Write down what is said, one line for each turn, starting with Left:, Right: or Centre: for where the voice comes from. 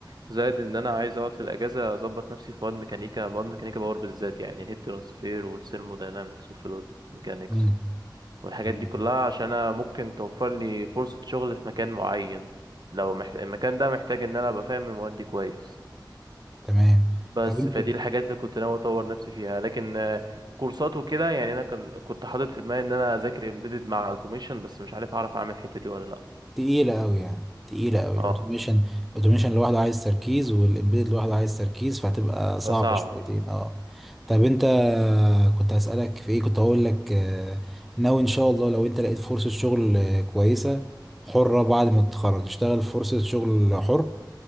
Right: زائد ان انا عايز اقعد في الاجازه اظبط نفسي في مواد ميكانيكا مواد ميكانيكا باور بالذات يعني الهيت ترانسفير والثيرموداينامكس والفلويد ميكانيكس
Centre: امم
Right: والحاجات
Centre: تمام
Right: دي كلها عشان انا ممكن توفر لي فرصه شغل في مكان معين لو مح... المكان ده محتاج ان انا ابقى فاهم المواد دي كويس
Centre: تمام
Right: بس
Centre: طب انت
Right: فدي الحاجات اللي كنت ناوي اطور نفسي فيها لكن آه، كورسات وكده يعني انا كان كنت حاطط في دماغي ان انا اذاكر امبيدد مع اوتوميشن بس مش عارف اعرف اعمل الحته دي ولا لا
Centre: تقيلة أوي يعني تقيلة أوي
Right: اه
Centre: الأوتوميشن الأوتوميشن لوحده عايز تركيز والإمبيدد لوحده عايز تركيز فهتبقى صعبة
Right: فصعبه
Centre: شويتين أه طب أنت كنت هسألك في إيه كنت هقول لك آه، ناوي إن شاء الله لو أنت لقيت فرصة شغل آه، كويسة حرة بعد ما تتخرج تشتغل في فرصة شغل حر